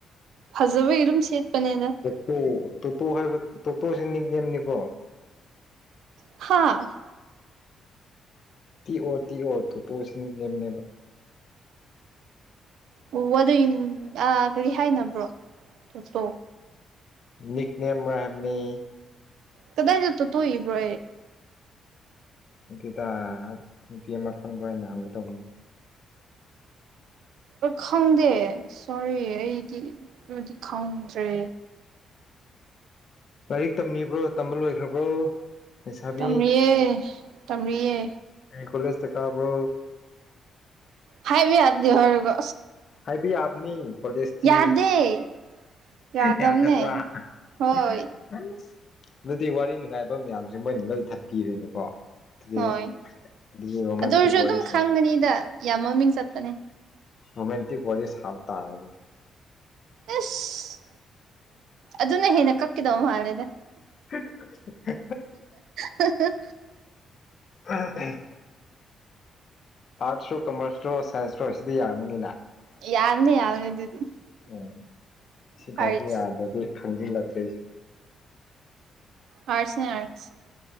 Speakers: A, on the right; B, on the left.
A: ꯐꯖꯕꯒꯤ ꯑꯗꯨꯝ ꯁꯦꯠꯄꯅꯦꯅ
B: ꯇ ꯇꯣꯇꯣ ꯍꯥꯏꯕ ꯇꯣꯇꯣꯁꯤ ꯅꯤꯒꯦꯝꯅꯤꯀꯣ
A: ꯍꯥꯥ
B: ꯇꯤ ꯑꯣ ꯇꯤ ꯑꯣꯔ ꯇ ꯇꯅꯦ
A: ꯑꯣ ꯑꯗꯨ ꯀꯔꯤ ꯍꯥꯏꯅꯕ꯭ꯔꯣ ꯇꯣ
B: ꯛꯅꯦꯝ ꯔꯍꯃꯤꯅꯤ
A: ꯀꯗꯥꯥꯏ ꯅꯠꯇꯣ ꯇꯨ ꯏꯕ꯭ꯔꯣꯦ
B: ꯑꯗꯨꯗ ꯅꯨꯄꯤ ꯑꯃ ꯈꯪꯕꯩꯅ ꯍꯪꯒꯗꯧꯕꯅꯤ
A: ꯈꯪꯗꯦ ꯁꯣꯔꯤ ꯑꯩꯗꯤ ꯑꯗꯨꯗꯤ ꯈꯪꯗ꯭ꯔꯦ
B: ꯂꯥꯏꯔꯤꯛ ꯇꯝꯂꯤꯕ꯭ꯔꯣ ꯇꯝꯕ ꯂꯣꯏꯈ꯭ꯔꯕ꯭ꯔꯣ ꯂꯩꯁꯥꯕꯤ
A: ꯇꯝꯑꯦ ꯇꯝꯑꯦ
B: ꯑꯩ ꯀꯣꯂꯦꯖꯇꯥꯕ꯭ꯔꯣ
A: ꯍꯥꯏꯥꯏꯕꯤ ꯑꯠꯗꯤꯍꯔꯒꯣ
B: ꯍꯥꯏꯕꯤ ꯑꯕꯅꯤ ꯀꯣꯗꯁꯇ
A: ꯌꯥꯗꯦ ꯌꯥꯗꯕꯅꯦ
B: ꯌꯥꯗꯕ꯭ꯔꯣ ꯑꯗꯨꯗꯤ
A: ꯍꯣꯏ
B: ꯋꯥꯔꯤ ꯅꯨꯡꯉꯥꯏꯕ ꯃꯌꯥꯝꯁꯦ ꯃꯣꯏꯅ ꯂꯣꯏ ꯊꯠꯄꯤꯔꯦꯅꯦꯀꯣ ꯑꯗꯨꯗꯤ
A: ꯍꯣꯏ
B: ꯑꯗꯨꯗꯤ ꯔꯣꯃꯦꯟꯇꯤꯛ
A: ꯑꯗꯨ ꯑꯣꯏꯔꯁꯨ
B: ꯋꯥꯔꯤ
A: ꯑꯗꯨꯝ ꯈꯪꯒꯅꯤꯗ ꯌꯥꯝ ꯃꯃꯤꯡ ꯆꯠꯄꯅꯦ
B: ꯔꯣꯃꯦꯟꯇ ꯋꯥꯔꯤ ꯁꯥ ꯇꯔ
A: ꯑꯁ ꯑꯗꯨꯅ ꯍꯦꯟꯅ ꯀꯛꯈꯤꯗꯧꯕ ꯃꯥꯂꯦꯗ
B: ꯍꯦ ꯍꯦ
A: ꯍ
B: ꯎ ꯎꯝ ꯑꯥꯔꯠꯁꯇꯣ ꯀꯃꯔꯁꯇꯔꯣ ꯁꯥꯏꯟꯁꯇꯣ ꯁꯤꯗꯤ ꯌꯥꯔꯝꯃꯅꯤꯅ
A: ꯌꯥꯔꯅꯤ ꯌꯥꯎ ꯑꯗꯨ
B: ꯎꯝ ꯁꯤꯐꯥꯎꯁ
A: ꯑꯥꯔꯠꯁ
B: ꯌꯥꯗꯒꯤ ꯈꯪꯗꯤꯜꯂꯛꯇ꯭ꯔꯦꯁꯨ
A: ꯑꯔꯠꯁ ꯑꯦ ꯑꯔꯠꯁ